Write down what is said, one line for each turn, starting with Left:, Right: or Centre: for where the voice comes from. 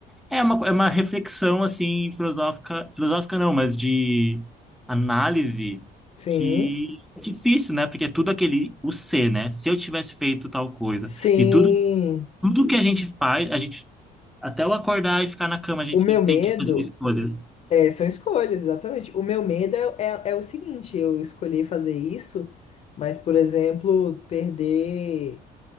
Centre: É uma, é uma reflexão, assim, filosófica, filosófica não, mas de análise
Left: Sim.
Centre: que é difícil, né? Porque é tudo aquele, o ser, né? Se eu tivesse feito tal coisa.
Left: Sim.
Centre: E tudo, tudo que a gente faz, a gente, até eu acordar e ficar na cama, a gente
Left: O meu
Centre: tem
Left: medo
Centre: que fazer escolhas.
Left: é, são escolhas, exatamente. O meu medo é, é, é o seguinte, eu escolhi fazer isso, mas, por exemplo, perder,